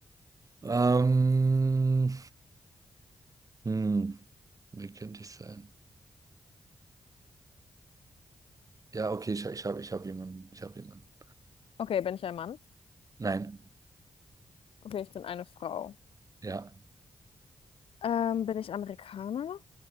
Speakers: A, on the right; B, on the left.
A: Ähm, hm, wie könnte ich sein? Ja, okay, ich, ich habe ich hab jemanden. Ich habe jemanden.
B: Okay, bin ich ein Mann?
A: Nein.
B: Okay, ich bin eine Frau.
A: Ja.
B: Ähm, bin ich Amerikaner?